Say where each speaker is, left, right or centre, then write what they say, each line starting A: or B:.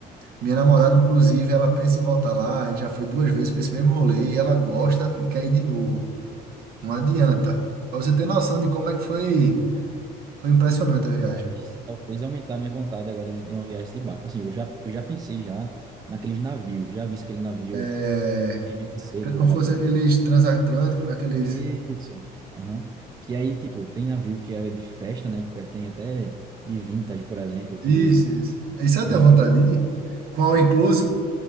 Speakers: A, on the right; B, on the right.
A: Minha namorada,
B: Assim,
A: inclusive, ela pensa em voltar lá, e já foi duas vezes para esse mesmo rolê, e ela gosta e quer ir de novo. Não adianta. Para você ter noção de como é que foi, foi impressionante a viagem.
B: mas só fez aumentar a minha vontade agora de, de uma viagem de barco. Assim, eu já, eu já pensei já naqueles navios, já vi aquele navio
A: É,
B: MTC,
A: é
B: pô,
A: como
B: vai
A: fosse
B: também,
A: aqueles
B: né?
A: transatlânticos, naqueles.
B: Isso. Aham. Que aí, tipo, tem navio que é de festa, né? Que tem até de vintage, por exemplo, que
A: Isso,
B: vintage
A: isso. Isso eu
B: é
A: tenho
B: um navio
A: vontade
B: lá.
A: de ir. Qual
B: Pronto.
A: inclusive?